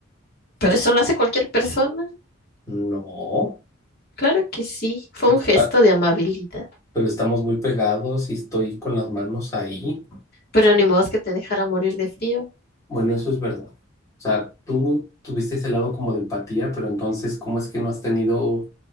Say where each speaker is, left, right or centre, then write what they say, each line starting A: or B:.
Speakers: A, on the left (about 50°); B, on the left (about 15°).
A: Pero eso lo hace cualquier persona.
B: No,
A: Claro que sí, fue
B: porque
A: un gesto
B: está,
A: de amabilidad.
B: pero estamos muy pegados y estoy con las manos ahí.
A: Pero ni modo es que te dejara morir de frío.
B: Bueno, eso es verdad. O sea, tú tuviste ese lado como de empatía, pero entonces, ¿cómo es que no has tenido